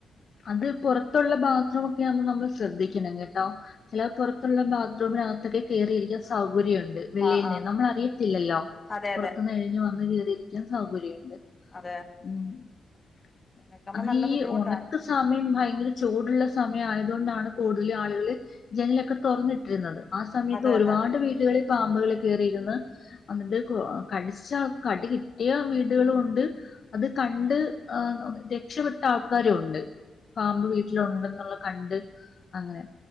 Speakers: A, on the left; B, on the left.
A: അത് പുറത്തുള്ള ബാത്റൂമ ഒക്കെ ആകുമ്പോ നമ്മൾ ശ്രദ്ധിക്കണം കേട്ടോ ചില പുറത്തുള്ള ബാത്റൂമിനകത്തൊക്കെ കയറിയിരിക്കാൻ സൗകര്യംണ്ട് വെള്ളിയിൽ
B: ആഹ് ആഹ്
A: നി നമ്മള അറിയത്തില്ലല്ലോ
B: അതെ
A: പുറത്തു
B: അതെ
A: നിന്ന് കഴിഞ്ഞ് വന്ന് ചെയീതിരിക്കാൻ സൗകര്യമുണ്ട്
B: അതെ
A: <unintelligible>
B: നിക്കുമ്പോ നല്ല ബുദ്ധിമുട്ടാണ്
A: സമയം ഭയങ്കര ചൂടുള്ള സമയം ആയതത് കൊണ്ടാണ് കൂടുതൽ ആളുകള് ജനലൊക്കെ തുറന്നിട്ടിരുന്നത് ആ സമയത്ത്
B: അതെ
A: ഒരുപാട്
B: അതെ
A: വീടുകളിൽ പാമ്പുകൾ കേയറിയിരുന്ന് എന്നിട്ട് കടിച്ച കടി കിട്ടിയ വീടുകൾ കൊണ്ട് അത് കണ്ട് ആഹ് രക്ഷപ്പെട്ട ആൾക്കാരു ഉണ്ട് പാമ്പ് വീ ഉണ്ടെന്നുള്ള കണ്ട് അങ്ങനെ